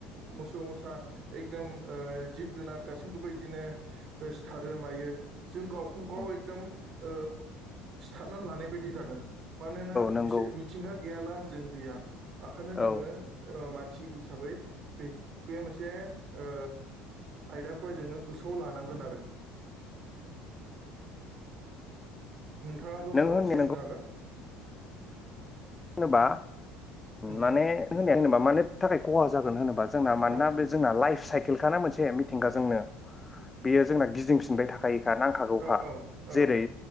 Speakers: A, on the right; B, on the left.
A: मोसौ मोसा एकदम ओ जिब जुनार गासैखौबो बिदिनो सिथारो मायो जों गावखौ गाव
B: औ
A: एकदम ओ सिथारना लानाय बायदि जागोन। मानोना
B: नंगौ
A: बिसोर मिथिंगा गैयाला जों गैया ओंखायनो जोङो
B: औ
A: ओ मानसि मानसि हिसाबै बे बे मोनसे ओ आयदाखौहाय जोङो गोसोआव लानांगोन आरो नोंथाङाबो
B: नों
A: माबा
B: होननाय
A: मोनसे होननो हागोन।
B: होनबा
A: उम
B: माने <unintelligible> मा माने नि थाखाय खहा जागोन होनोबा जोंना मानोना
A: औ
B: बे जोंना लाइफ साइकेल बिखाना मोनसे मिथिंगा जोंनो बेयो जोंना गिदिंफिनबाय थाखायो। नांखागौखा
A: औ औ
B: जेरै
A: औ